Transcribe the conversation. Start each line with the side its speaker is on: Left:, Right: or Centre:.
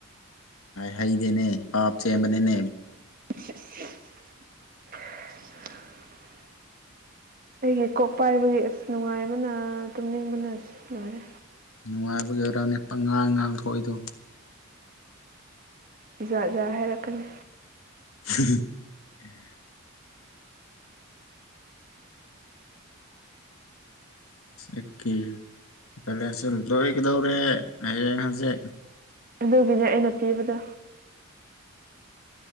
Left: ꯍꯩꯗꯅꯦ ꯄꯥꯄ ꯆꯦꯕꯅꯦꯅꯦ
Right: <unintelligible> <unintelligible> ꯑꯩꯒꯤ ꯀꯣꯛ ꯄꯥꯏꯕꯒꯤ ꯑꯁ ꯅꯨꯡꯉꯥꯏꯕꯅ ꯇꯨꯝꯅꯤꯡꯕꯅ ꯑꯁ ꯂꯣꯏꯔꯦ
Left: ꯅꯨꯡꯉꯥꯏꯕꯒꯤ ꯑꯣꯏꯔꯅꯦ ꯄꯉꯥꯡ ꯉꯥꯡ ꯊꯣꯛꯏꯗꯣ
Right: ꯎꯝꯖꯥꯖꯥ ꯍꯥꯏꯔꯛꯀꯅꯤ
Left: <unintelligible> ꯑꯀꯤꯀꯤ ꯄꯂꯦ ꯍꯁ ꯂꯣꯏ ꯀꯗꯧꯔꯦ ꯍꯡ ꯍꯁꯦ
Right: ꯑꯗꯨꯒꯤꯅꯦ ꯑꯩꯅ ꯄꯤꯕꯗꯣ